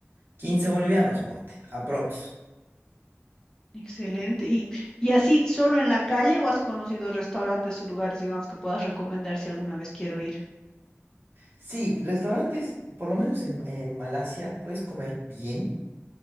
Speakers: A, on the right (about 50°); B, on the left (about 15°).
A: 15 bolivianos, ponte, aprox.
B: Excelente. ¿Y, y así, solo en la calle o has conocido restaurantes o lugares, digamos, que puedas recomendar si alguna vez quiero ir?
A: Sí, restaurantes, por lo menos en, en Malasia, puedes comer bien,